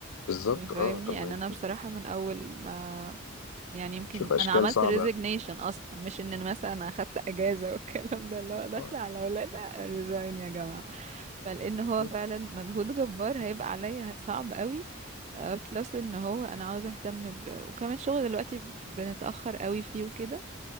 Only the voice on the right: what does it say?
يعني فاهمني
ان انا بصراحة من اول ما يعني يمكن
انا عملت
ريزيجنيشن اصلا مش ان أنا مثلا أنا اخدت اجازة والكلام ده اللي هو داخلة
على اولاد ريزاين يا جماعة فلان هو
فعلا مجهود جبار هيبقى عليا صعب قوي بلس ان هو انا عاوزة اهتم ب... وكمان شغل دلوقتي بنتأخر قوي فيه وكده